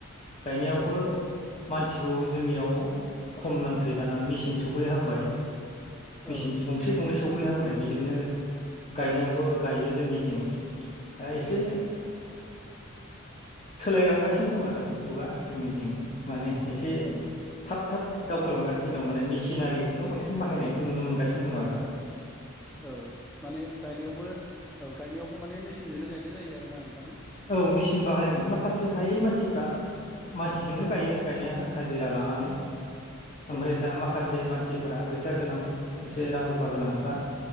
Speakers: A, on the left (about 30°); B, in the centre.
A: गायनायावबो
B: औ
A: मानसिखौ जोंनियाव खम नांसै दाना मेसिन सफैहांबाय
B: औ
A: मेसिन गंसे गंनै सफैहांबाय बेजोंनो गायनायावबो
B: औ
A: गायो जोंनिथिं दा एसे
B: आतसा आतसा
A: सोलायलांगासिनो दं आरो जुगा जोंनिथिं माने एसे
B: औ
A: थाब थाब दावखोलांगासिनो दं माने मेसिनारि जुग बांसिन बाहायनायखौ नुनो मोनगासिनो दं आरो दा
B: औ माने गायनायावबो औ गायनायावबो माने मेसिनजोंनो गायनाय जायो आरोना नोंथां
A: औ मेसिन बाहायनांगोन माखासे हायै मानसिफ्रा मानसिजोंनो
B: औ
A: गायो गायनाया हाजिरा लानानै ओमफ्राय
B: औ
A: दा माखासे मानसि सिफ्रा फैसा गोनां एसे रां रुफा गोनांफ्रा